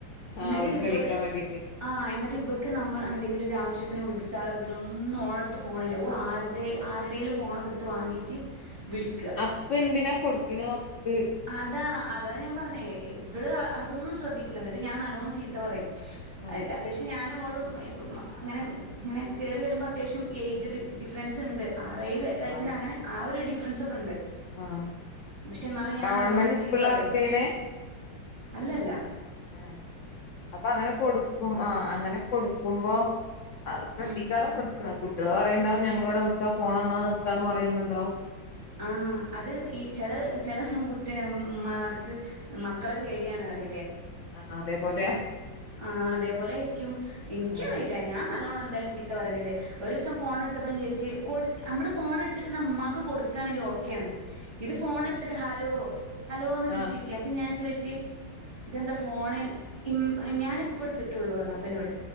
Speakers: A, on the left; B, on the right.
A: ആഹ്
B: ഇന്നട്ട്
A: ഓൽക്ക്
B: ഇവള്
A: കളിക്കാൻ വേണ്ടീട്ട്
B: ആഹ് എന്നിട്ട് ഇവക്ക് നമ്മൾ എന്തെങ്കിലും ഒരു ആവശ്യത്തിന് വിളി ച്ചാലും അതിന് ഒന്നും ഓളെ അടുത്ത് ഫോണില്ല ഓള് ആര്തെ ആരുടേലും ഫോണൊക്കെ എടുത്ത് വാങ്ങിയിട്ട് വിളിക്ക
A: അപ്പൊ എന്തിനാ കൊടുക്ക്ണത് മക്കൾക്ക്
B: അതാ അതാ ഞാൻ പറഞ്ഞേ ഇവള് അ അതൊന്നും ശ്രദ്ധിക്കൂല എന്നിട്ട് ഞാൻ നല്ലോം ചീ ത്ത പറിയും
A: ആഹ്
B: അത് അത്യാവിശ്യം ഞാൻ നും ഓളും ഇപ്പം അങ്ങനെ ഇങ്ങനെ കേറി വരുമ്പം അത്യാവശ്യം ഏജ് ഡിഫറൻസ് ഇണ്ട് ആറ് ഏഴ്
A: ആഹ്
B: വെ വയസ്സിനെ അങ്ങനെ ആ ഒരു ഡിഫറൻസ് ഒക്കെ ഉണ്ട്
A: ആഹ്
B: പക്ഷെ എന്നാലും ഞാൻ
A: ഗവൺമെന്റ്
B: നല്ലോം ചീത്ത
A: സ്കൂളിലാ
B: പറയും
A: വർക്ക് ചെയ്യണേ
B: അല്ല അല്ല
A: ഉം അപ്പൊ അങ്ങനെ കൊടുക്കും ആ അങ്ങനെ കൊടുക്കുമ്പം അത് ശ്രദ്ധിക്കാതെ
B: ഉം
A: കൊടു ആഹ് കുട്ടികള് പറയിണ്ടാവും ഞങ്ങളിവിടെ നിക്കാ ഫോണ് തന്നാ നിക്കാ എന്ന് പറിയുന്നുണ്ടാവും
B: ആഹ് അത് ഈ ചെല ചെല കുട്ടേ ഇമ്മാർക്ക് മക്കളെ പേടിയാണ് പറയില്ലേ
A: ആഹ് അതേ പോലെയാ
B: ആഹ് അതേപോലെ ആയിരിക്കും ഇൻക്ക്
A: ആഹ്
B: അറിയില്ല ഞാൻ നല്ലോണം എന്തായാലും ചീ ത്ത പറയല്ണ്ട് ഒരു ദിവസം ഫോൺ എടുത്തപ്പം ചോദിച്ച് കൊട്ക് നമ്മള് ഫോൺ എടുത്തിട്ട് ഇന്നാ ഇമ്മാക്ക് കൊട് ക്കാണെങ്കി ഓക്കെ ആണ് ഇത് ഫോൺ
A: ആഹ്
B: എടുത്തിട്ട് ഹലോ ഹലോ എന്ന് വിളിച്ചിരിക്ക
A: ആഹ്
B: അപ്പൊ ഞാൻ ചോയിച്ച് ഇതെന്താ ഫോണ് ഇം ഞാന് ഇപ്പം എടുത്തിട്ടുള്ളൂ പറഞ്ഞ് അപ്പ ഇന്നോട്